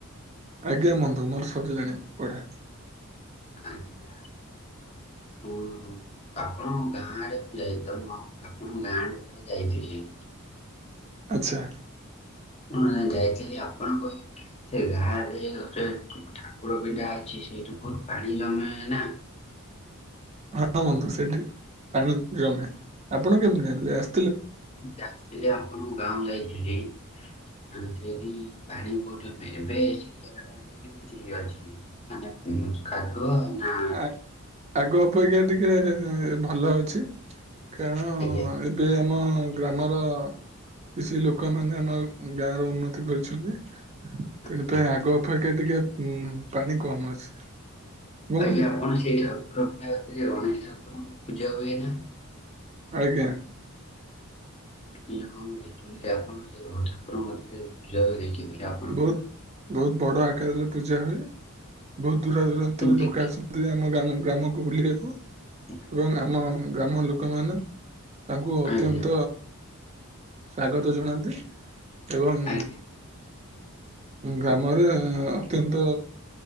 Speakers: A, on the right; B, on the left.
A: ଆଜ୍ଞା ବନ୍ଧୁ ମୋର ସରିଲାଣି ପଢା।
B: ଆଜ୍ଞା ଓ ହୋ ଆପଣ ଆରେ <inaudible> ଆପଣଙ୍କ ଗାଁ ଆଡେ ଥରେ ଯାଇଥିଲି।
A: ଆଚ୍ଛା
B: ମୁଁ ଯାଇଥିଲି ଆପଣଙ୍କ ସେ ଗାଁରେ ଗୋଟେ ଠାକୁର ପିଣ୍ଡା ଅଛି। ସେଇଠୁ ବହୁତ ପାଣି ଜମେ ନା
A: ହଁ ହଁ ବନ୍ଧୁ ସେଠି ପାଣି ଜମେ ଆପଣ କେମିତି ଜାଣିଲେ ଆ
B: ମୁଁ ଯାଇଥିଲି ଆପଣଙ୍କ ଗାଁ ଯାଇଥିଲି ଆେ ସେଇଠି ପାଣି ବହେ ଏବେ ସେ ଜାଗା ଟା ଏବେ କେମିତି ଅଛି ମାନେ କାଦୁଅ ନା
A: ଆ ଆଗ ଅପେକ୍ଷା ଟିକେ ଭଲ ଅଛି କାରଣ
B: ଆଜ୍ଞା
A: ଏବେ ଆମ ଆମ ଗ୍ରାମର କିଛି ଲୋକମାନେ ଆମ ଗାଁ ର ଉନ୍ନତି କରିଛନ୍ତି ତେଣ
B: ଆଜ୍ଞା
A: ପାଇଁାଇ ଆଗ ଅପକ୍ଷା ଟିକେ ପାଣି କମ ଅଛି ଏବଂ
B: ଆଜ୍ଞା ଆପଣ ସେଇ ଠାକୁର ଘାତିରେ ଗଣେଶ ଠାକୁରଙ୍କ ପୂଜା ହୁଏ ନା
A: ଆଜ୍ଞା
B: ହେଲୋ ହ ମୁଁ ଦେଖେ ଆପଣ ସେ ଠାକୁର ଙ୍କ ପାଖରେ ପୂଜା କରନ୍ତି ଆପଣଙ୍କର
A: ବହୁତ ବହୁତ ବଡ ଆକାରରେ ପୂଜା ହୁଏ ବହୁତ
B: ଆଜ୍ଞା
A: ଦୂର ଦୂରାନ୍ତର
B: ଦେଖି
A: ଲୋକ ଆସନ୍ତି ଆମ ଗ୍ରାମ କୁ ଗ୍ରାମକୁ ବୁଲିବାକୁ
B: ଆଜ୍ଞା
A: ଏବଂ ଆମ ଗ୍ରାମ ଲୋକମାନେ ତାଙ୍କୁ ଅତ୍ୟନ୍ତ
B: ଆଜ୍ଞା
A: ସ୍ଵାଗତ ଜଣାନ୍ତି ଏବଂ
B: ଆଜ୍ଞା
A: ଗ୍ରାମରେ ଅତ୍ୟନ୍ତ